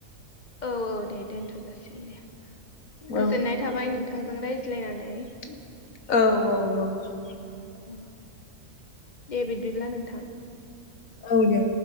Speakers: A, on the left; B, on the left.
A: औ औ दे दोनथ'जासिनो दे
B: औ
A: गोजोननाय थाबाय नोंथांजों रायज्लायनानै
B: औ औ औ
A: औ दे बिदिब्ला नोंथां
B: औ दे